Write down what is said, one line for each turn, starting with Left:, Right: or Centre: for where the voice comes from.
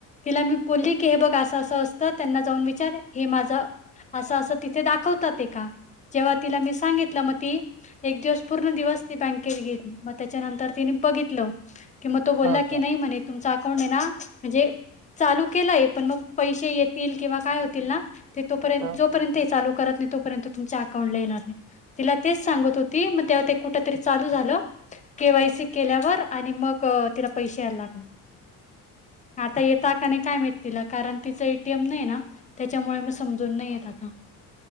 Left: तिला मी बोललो की असते त्यांना जाऊन विचार हे माझ असं असं तिथे दाखवतात ते का जेव्हा तिला मी सांगितलं मग ती एक दिवस पूर्ण दिवस ती बँकेत गेली मग त्याच्यानंतर तिने बघितलं कि मग तो बोलला
Right: हा
Left: की
Right: का
Left: नाही म्हणे तुमचा अकाऊंट ना म्हणजे चालू केलंय पण मग पैसे येतील किंवा काय होतील ना ते तोपर्यंत
Right: हा.
Left: जोपर्यंत करत नाही तोपर्यंत तुमच्या अकाउंट ला येणार नाही तिला तेच सांगत होती तेव्हा ते कुठ तरी चालू झालं केवायसी केल्यावर आणि मग तिला पैसे याला लागणे आता येता का नाही काय माहित तिला कारण तिच एटीएम नाही ना त्यांच्यामुळे समजून नाही येत आता